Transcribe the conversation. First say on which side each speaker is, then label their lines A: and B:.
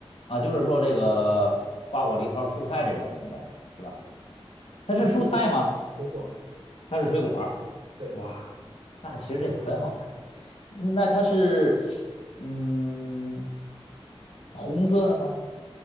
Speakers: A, on the left; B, on the right.
A: 啊？就是说这个瓜果梨桃蔬菜这种呗，是吧？它是蔬菜吗？
B: 啊，水果，水果。
A: 它是水果儿
B: 对，
A: 哇，那其实这很好猜。嗯那它是，嗯，红色的吗？